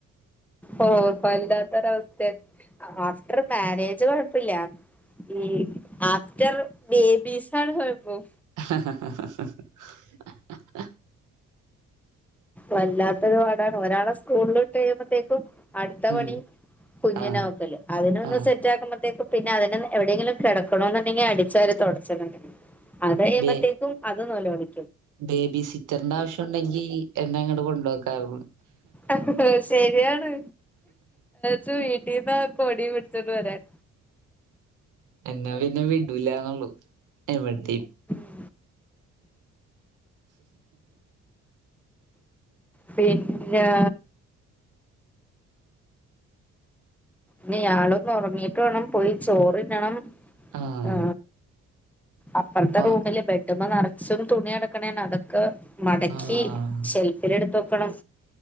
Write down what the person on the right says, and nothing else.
ഹഹഹ
ഉം
ആഹ്
ആഹ്
ബേ
ബേബി സിറ്റർന്റെ ആവശ്യൊണ്ടെങ്കി എന്നെ അങ്ങോട്ട് കൊണ്ടാക്കാറുന്നു
എന്നാ പിന്നെ വിടുല ന്നുള്ളു എവടിം
ആഹ്
ആഹ്
ആഹ്